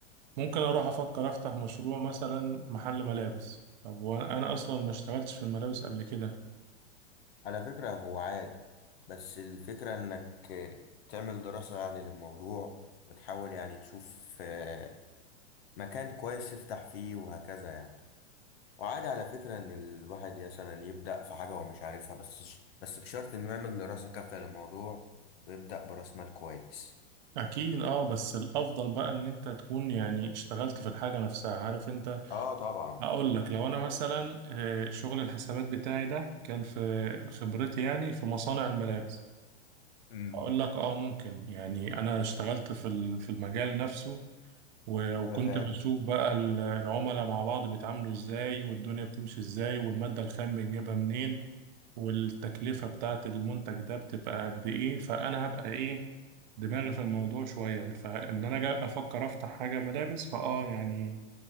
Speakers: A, on the right (about 40°); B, on the left (about 60°).
A: ممكن اروح افكر افتح مشروع مثلا محل ملابس طب وانا أنا اصلا ما اشتغلتش في الملابس قبل كده
B: على فكرة هو عادي بس الفكرة انك تعمل دراسة يعني للموضوع وتحاول يعني تشوف آه، مكان كويس تفتح فيه وهكذا يعني وعادي على فكرة إن الواحد مثلا يبدأ في حاجة هو مش عارفها بس بس بشرط إنه يعمل دراسة كافية للموضوع ويبدأ برأس مال كويس
A: اكيد اه بس الافضل بقى ان انت تكون يعني اشتغلت في الحاجة نفسها عارف انت
B: آه طبعا
A: اقول لك لو انا مثلا آه، شغل الحسابات بتاعي ده كان في خبرتي يعني في مصانع الملابس
B: امم
A: اقول لك اه ممكن يعني انا اشتغلت في ال- في المجال نفسه و- وكنت
B: فاهم
A: بشوف بقى ال- العملاء مع بعض بيتعاملوا ازاي والدنيا بتمشي ازاي والمادة الخام بنجيبها منين والتكلفة
B: مم.
A: بتاعت المنتج ده بتبقى قد ايه فانا هبقى ايه دماغي في الموضوع شوية فان انا جا افكر افتح حاجة ملابس فاه يعني